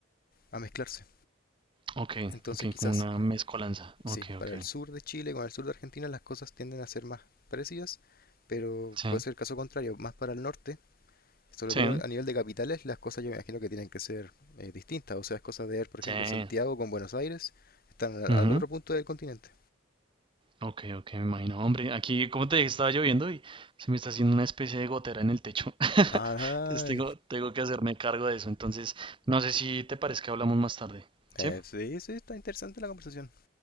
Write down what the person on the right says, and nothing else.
Ok,
ok,
como una mezcolanza.
Ok,
ok.
Sí,
sí,
sí.
ujú,
Ok, ok, me imagino. Hombre, aquí, como te dije, estaba lloviendo y se me está haciendo una especie de gotera en el techo. <laughs>
Entonces tengo, tengo que hacerme cargo de eso. Entonces, no sé si te parece que hablamos más tarde.
¿Sí?